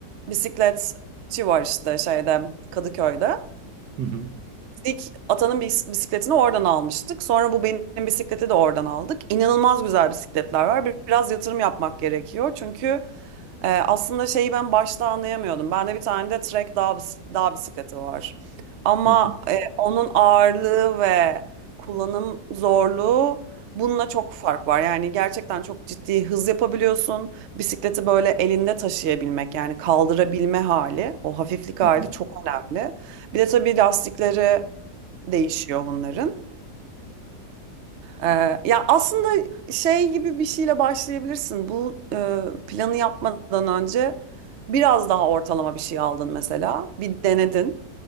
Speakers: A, on the right; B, on the right.
A: bisikletçi var işte şeyde Kadıköy'de.
B: Hı hı.
A: İlk atanın bis- bisikletini oradan almıştık. Sonra bu benim bisikleti de oradan aldık. İnanılmaz güzel bisikletler var. Bir- Biraz yatırım yapmak gerekiyor. Çünkü e, aslında şeyi ben başta anlayamıyordum. Bende bir tane de Trek dağ, bis- dağ bisikleti var. Ama
B: Hı hı.
A: e, onun ağırlığı ve kullanım zorluğu bununla çok fark var. Yani gerçekten çok ciddi hız yapabiliyorsun. Bisikleti böyle elinde taşıyabilmek yani kaldırabilme hali, o hafiflik
B: Hı
A: hali
B: hı.
A: çok önemli. Bir de tabii lastikleri değişiyor bunların. Ee, ya aslında şey gibi bir şeyle başlayabilirsin. Bu e, planı yapmadan önce biraz daha ortalama bir şey aldın mesela. Bir denedin.